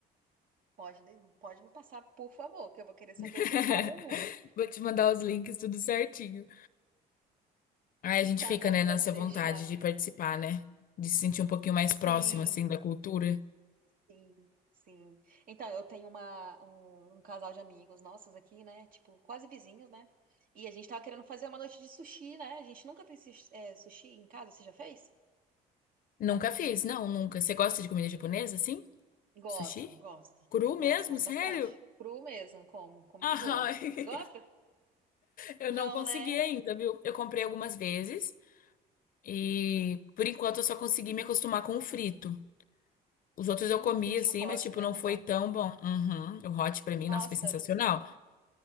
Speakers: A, on the right; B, on the left.
A: Pode, de- pode me passar, por favor, que eu vou querer
B: <laughs>
A: saber se é bom ou ruim.
B: Vou te mandar os links, tudo certinho. Aí a gente
A: Tá
B: fica,
A: bom,
B: né,
A: pode
B: nessa
A: deixar.
B: vontade de participar, né? De se sentir um pouquinho mais
A: Sim,
B: próximo, assim, da cultura.
A: sim, sim. Então, eu tenho uma, um, um casal de amigos nossos aqui, né? Tipo, quase vizinhos, né? E a gente tava querendo fazer uma noite de sushi, né? A gente nunca fez sushi, é, sushi em casa, você já fez?
B: Nunca fiz, não, nunca. Você gosta de comida japonesa, assim?
A: Gosto,
B: Sushi?
A: gosto,
B: Cru
A: gosto,
B: mesmo?
A: gosto
B: Sério?
A: bastante. Cru mesmo, como, como
B: Ah,
A: de boa.
B: <laughs>
A: Você gosta?
B: eu
A: Não,
B: não consegui
A: né?
B: ainda, viu? Eu comprei algumas vezes e por enquanto eu só consegui me acostumar com o frito. Os outros
A: Hum,
B: eu comi
A: entendi
B: assim,
A: o hot,
B: mas tipo,
A: né?
B: não foi
A: Aham.
B: tão bom. Uhum. O hot pra mim,
A: Nossa,
B: nossa, foi sensacional.